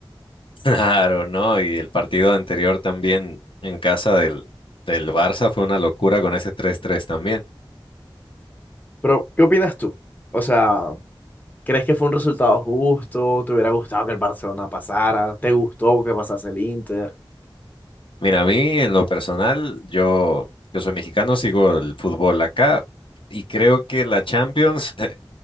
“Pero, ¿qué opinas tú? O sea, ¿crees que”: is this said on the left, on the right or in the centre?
Left